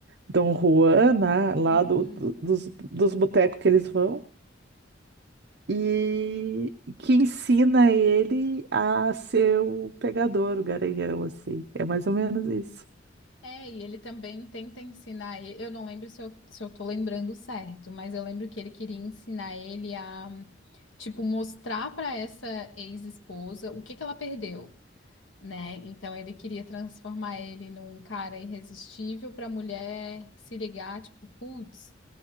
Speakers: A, on the right (about 60°); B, on the left (about 80°).
A: Dom Juan, né? Lá
B: Uhum.
A: do, do- dos, dos botecos que eles vão. E que ensina ele a ser o pegador, o garanhão, assim. É mais ou menos isso.
B: É, e ele também tenta ensinar. e- Eu não lembro se eu, se eu tô lembrando certo, mas eu lembro que ele queria ensinar ele a, tipo, mostrar pra essa ex-esposa o que que ela perdeu. né? Então ele queria transformar ele num cara irresistível para a mulher se ligar, tipo, putz,